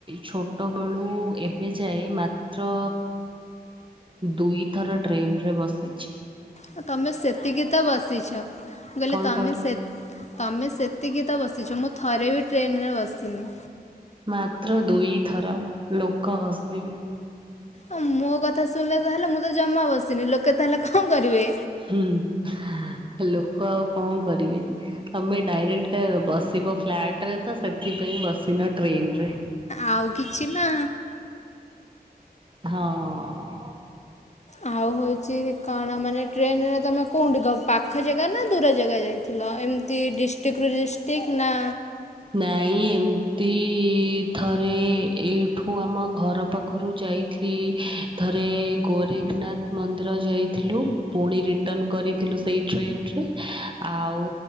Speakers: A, on the right; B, on the left.
A: ଛୋଟବେଳୁ ଏବେ ଯାଏ ମା ତ୍ର ଦୁଇଥର ଟ୍ରେନରେ ବସିଚି।
B: ଅ ତମେ ସେତିକି ତ ବସିଛ ମୁଁ କହିଲେ
A: କଣ
B: ତମେ
A: କହିଲ
B: ସେ ତମେ ସେତିକି ତ ବସିଛ ମୁଁ ଥରେ ବି ଟ୍ରେନରେ ବସିନି।
A: ମାତ୍ର ଦୁଇଥର ଲୋକ ହସିବେ।
B: ଅ ମୋ କଥା ଶୁଣିଲେ ତାହେଲେ ମୁଁ ତ ଜମା ବସିନି ଲୋକେ ତାହେଲେ ଙ୍କ କରିବେ?
A: ହୁଁ ଲୋକ ଆଉ ଙ୍କ କରିବେ? ତମେ ଡାଇରେକ୍ଟ ବସିବ ଫ୍ଲାଟରେ ତ ସେଥିପାଇଁ ବସିନ ଟ୍ରେନରେ।
B: ଆଉ କିଛି ନା।
A: ହଁ।
B: ଆଉ ହଉଚି କଣ ମାନେ ଟ୍ରେନ ରେ ତମେ କଉଠୀ ପାଖ ଜାଗା ନା ଦୂର ଜାଗା ଯାଇଥିଲ ଏମିତି ଡିଷ୍ଟ ଟିକରୁ ଡ୍ରିଷ୍ଟିକ୍ ନା
A: ନାଇ ଏମତି ଥରେ ଏଇଠୁ ଆମ ଘର ପାଖରୁ ଯାଇଥି ଥରେ ଗୋରେଖନାଥ ମନ୍ଦିର ଯାଇଥିଲୁ। ପୁଣି ରିଟର୍ଣ୍ଣ କରିଥିଲୁ ସେଇ ଟ୍ରେନରେ ଆଉ